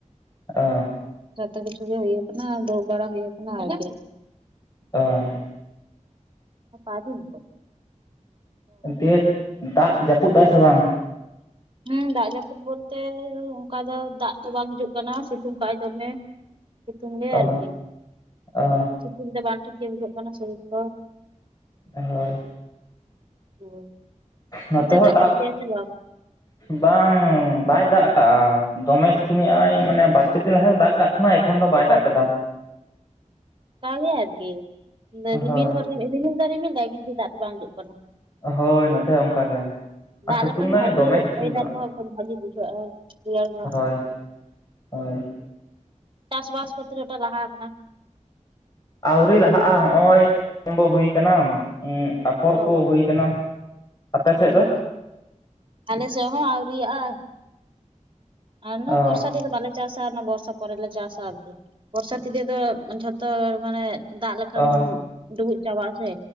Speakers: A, on the left; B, on the right.
A: ᱚ
B: ᱡᱚᱷᱛᱚ ᱠᱤᱪᱷᱩ ᱜᱮ ᱦᱩᱭ ᱟᱠᱟᱱᱟ ᱫᱩᱲᱩᱵ ᱵᱟᱲᱟ ᱦᱩᱭ ᱠᱟᱱᱟ ᱟᱨᱠᱤ
A: ᱚ
B: ᱯᱟᱵᱤᱱᱟᱛᱚ
A: ᱫᱤᱭᱮ ᱫᱟᱜ ᱡᱟᱹᱯᱩᱫ ᱫᱟᱭ ᱥᱮ ᱵᱟᱝ
B: ᱦᱩᱸ ᱫᱟᱜ ᱡᱟᱹᱯᱩᱫ ᱵᱚᱞᱛᱮ ᱚᱱᱠᱟ ᱫᱚ ᱫᱟᱜ ᱫᱚ ᱵᱟᱝ ᱦᱤᱡᱩᱜ ᱠᱟᱱᱟ ᱥᱤᱛᱩᱝ ᱠᱟᱜ ᱟᱭ ᱫᱚᱢᱮ ᱥᱤᱛᱩᱝ ᱜᱮ
A: ᱚ
B: ᱟᱨᱠᱤ
A: ᱚ
B: ᱥᱤᱛᱩᱝ ᱛᱮ ᱵᱟᱝ ᱴᱷᱤᱠ ᱜᱮ ᱵᱩᱡᱷᱟᱹᱜ ᱠᱟᱱᱟ ᱥᱚᱨᱤᱨ ᱠᱚ
A: ᱦᱳᱭ
B: ᱦᱳᱭ
A: ᱱᱚᱛᱮ
B: ᱚᱱᱛᱮ
A: ᱦᱚᱸ ᱫᱟᱜ
B: ᱡᱟᱹᱯᱩᱫᱮᱜᱟᱭ <unintelligible>
A: ᱵᱟᱝ ᱵᱟᱭ ᱫᱟᱜ ᱟᱠᱟᱜᱼᱟ ᱫᱚᱢᱮ ᱥᱤᱛᱩᱝ ᱮᱜᱼᱟᱭ ᱢᱟᱱᱮ ᱵᱟᱨ ᱯᱮ ᱫᱤᱱ ᱞᱟᱦᱟ ᱨᱮᱭ ᱫᱟᱜ ᱠᱟᱜ ᱛᱟᱢᱟᱭ ᱛᱚᱠᱷᱚᱱ ᱫᱚ ᱵᱟᱭ
B: ᱦᱚᱸ
A: ᱫᱟᱜ ᱠᱟᱫᱟ
B: ᱚᱱᱠᱟ ᱜᱮ ᱟᱨᱠᱤ ᱨᱤᱢᱤᱞ
A: ᱦᱳᱭ
B: ᱦᱚᱸ ᱨᱤᱢᱤᱞ ᱫᱚ ᱨᱤᱢᱤᱞ ᱫᱟᱭ ᱠᱤᱱᱛᱩ ᱫᱟᱜ ᱫᱚ ᱵᱟᱝ ᱦᱤᱡᱩᱜ ᱠᱟᱱᱟ
A: ᱦᱳᱭ ᱱᱚᱛᱮ ᱦᱚᱸ ᱚᱱᱠᱟ ᱜᱮ ᱟᱨ
B: ᱫᱟᱜ
A: ᱥᱤᱛᱩᱝ
B: ᱞᱮᱠᱷᱟᱱ
A: ᱫᱟᱭ
B: ᱵᱷᱟᱹᱜᱤ
A: ᱫᱚᱢᱮ ᱥᱤᱛᱩᱝ
B: ᱚᱭᱮᱫᱟᱨ
A: ᱫᱟ
B: ᱠᱚᱦᱚᱸ ᱵᱷᱟᱜᱮ ᱵᱩᱡᱷᱟᱹᱜᱼᱟ ᱨᱮᱭᱟᱲ ᱧᱚᱜ
A: ᱦᱳᱭ ᱦᱳᱭ
B: ᱪᱟᱥ ᱵᱟᱥ ᱠᱚ ᱛᱤᱱᱟᱹᱜ ᱴᱟ ᱞᱟᱦᱟ ᱠᱟᱱᱟ
A: ᱟᱣᱛᱨᱤ ᱞᱟᱦᱟᱜᱼᱟ ᱦᱚᱸᱜᱼᱚᱭ ᱵᱚ ᱦᱩᱭ ᱟᱠᱟᱱᱟ ᱟᱯᱷᱚᱨ
B: ᱚ
A: ᱠᱚ ᱦᱩᱭ ᱠᱟᱱᱟ ᱟᱯᱮ
B: ᱦᱩᱸ
A: ᱥᱮᱫ ᱫᱚ
B: ᱟᱞᱮ ᱥᱮᱫ ᱦᱚᱸ ᱟᱹᱣᱨᱤᱭᱟᱜ-ᱟ ᱟᱨ ᱚᱱᱟ
A: ᱚ
B: ᱵᱚᱨᱥᱟ ᱛᱮᱫᱚ ᱵᱟᱞᱮ ᱪᱟᱥᱟ ᱟᱨ ᱚᱱᱟ ᱵᱚᱨᱥᱟ ᱯᱚᱨᱮ ᱞᱮ ᱪᱟᱥᱟ ᱟᱨᱠᱤ ᱵᱚᱨᱥᱟᱛᱤ ᱛᱮ ᱫᱚ ᱡᱷᱚᱛᱚ ᱢᱟᱱᱮ ᱫᱟᱜ ᱞᱮᱠᱷᱟᱱ
A: ᱚ
B: ᱰᱩᱵᱩᱡ ᱪᱟᱵᱟᱜᱼᱟ ᱥᱮ